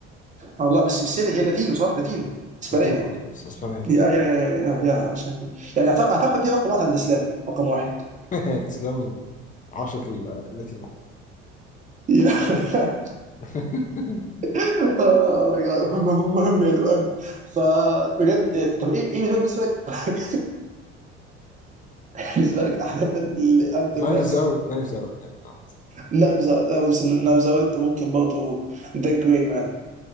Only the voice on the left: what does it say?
لاتينو آه، بس اسبانية
<laughs> إسلام عاشق ال- اللاتينو
<laughs>
نايفز
اوت نايفز اوت نايفز اوت